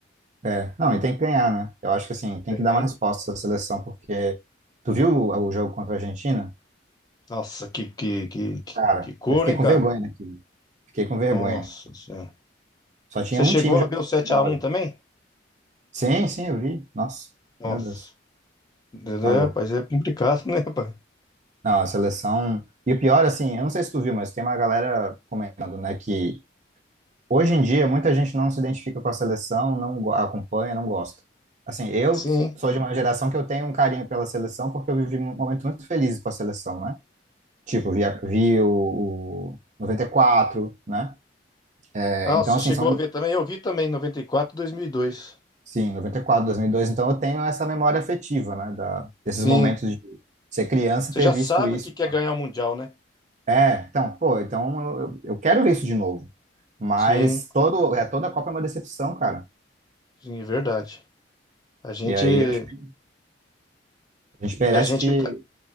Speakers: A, on the right; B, on the left.
A: É. Não, e tem que ganhar, né? Eu acho que assim, tem
B: Tem.
A: que dar uma resposta essa seleção, porque tu viu o, o jogo contra a Argentina?
B: Nossa, que, que, que, que,
A: Cara,
B: que cor,
A: eu fiquei
B: hein,
A: com
B: cara?
A: vergonha daquilo. Fiquei com vergonha.
B: Nossa do céu.
A: Só tinha
B: Você chegou
A: um time jogando
B: a ver o sete
A: futebol.
B: a um
A: ali.
B: também?
A: Sim, sim, eu vi. Nossa,
B: Nossa.
A: meu Deus,
B: É,
A: tá louco.
B: rapaz, é complicado, <laughs> né, rapaz?
A: Não, a seleção. E o pior, assim, eu não sei se tu viu, mas tem uma galera comentando, né, que Hoje em dia, muita gente não se identifica com a seleção, não go- acompanha, não gosta. Assim, eu
B: Sim.
A: sou de uma geração que eu tenho um carinho pela seleção porque eu vivi um momento muito feliz com a seleção, né? Tipo, vi, a- vi o, o 94, né? É,
B: Ah,
A: então,
B: você
A: assim,
B: chegou
A: são,
B: a ver também? Eu vi também, noventa e quatro, dois mil e dois.
A: sim, noventa e quatro, dois mil e dois. Então, eu tenho essa memória afetiva, né? Da, desses
B: Sim.
A: momentos de ser criança
B: Você
A: e ter
B: já
A: visto
B: sabe
A: isso.
B: o que que é ganhar o Mundial, né?
A: É, então, pô, então eu, eu eu quero ver isso de novo. Mas
B: Sim,
A: todo, é, toda a Copa é uma decepção, cara.
B: sim, verdade. A gente,
A: E aí,
B: e
A: eu acho que a gente merece
B: a gente
A: que
B: que tá...